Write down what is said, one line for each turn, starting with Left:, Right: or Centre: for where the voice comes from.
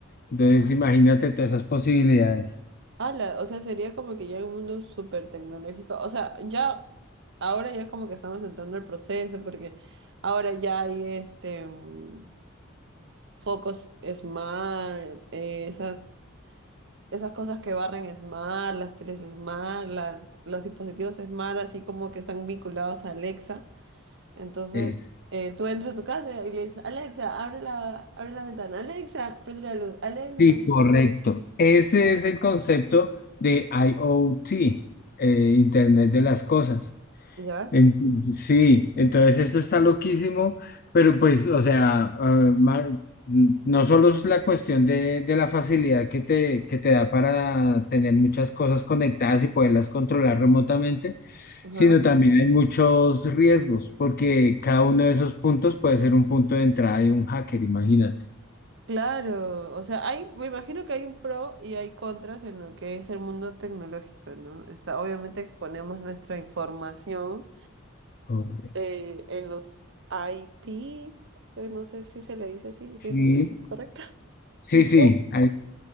Left: entonces imagínate todas esas posibilidades.
Right: Ala, o sea, sería como que ya un mundo súper tecnológico. O sea, ya, ahora ya como que estamos entrando al proceso porque ahora ya hay este mm, focos smart, eh, esas. esas cosas que barren Smart, las teles Smart, las, los dispositivos Smart, así como que están vinculados a Alexa. Entonces,
Left: Es-
Right: eh, tú entras a tu casa y le dices, Alexa, abre la, abre la ventana, Alexa, prende la luz, Alexa,
Left: sí,
Right: no sé
Left: correcto. Ese es el concepto de IoT, eh, Internet de las Cosas.
Right: qué". ¿Ya?
Left: En- sí, entonces esto está loquísimo, pero pues, o sea, ah, ma- no solo es la cuestión de, de la facilidad que te, que te da para tener muchas cosas conectadas y poderlas controlar remotamente,
Right: Ajá.
Left: sino también hay muchos riesgos, porque cada uno de esos puntos puede ser un punto de entrada de un hacker, imagínate.
Right: Claro, o sea, hay, me imagino que hay un pro y hay contras en lo que es el mundo tecnológico, ¿no? Está, obviamente exponemos nuestra información
Left: Correcto.
Right: eh, en los IP, eh, no sé si se le dice así,
Left: Sí,
Right: si es el término correcto.
Left: sí,
Right: Hipócrita.
Left: sí, hay-